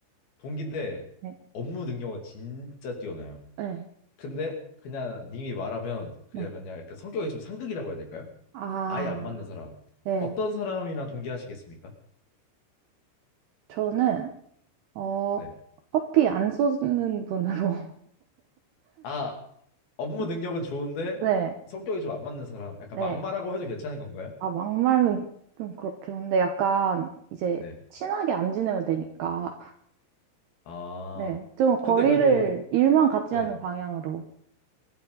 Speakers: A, on the left; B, on the right.
A: 동기인데
B: 네.
A: 업무 능력은 진짜 뛰어나요.
B: 네.
A: 근데 그냥 님이 말하면 그냥
B: 네.
A: 그냥 약간 성격이 좀 상극이라고 해야 될까요?
B: 아,
A: 아예 안 맞는 사람.
B: 네.
A: 어떤 사람이랑 동기하시겠습니까?
B: 저는, 어,
A: 네.
B: 커피 안 쏘는 분으로.
A: 아, 업무
B: <laughs>
A: 능력은 좋은데
B: 네,
A: 성격이 좀 안 맞는 사람. 약간
B: 네.
A: 막말하고 해도 괜찮은 건가요?
B: 아, 막말은 좀 그렇긴 한데, 약간, 이제,
A: 네.
B: 친하게 안 지내면 되니까.
A: 아,
B: 네, 좀 거리를
A: 근데 그래도
B: 일만 같이
A: 네.
B: 하는 방향으로.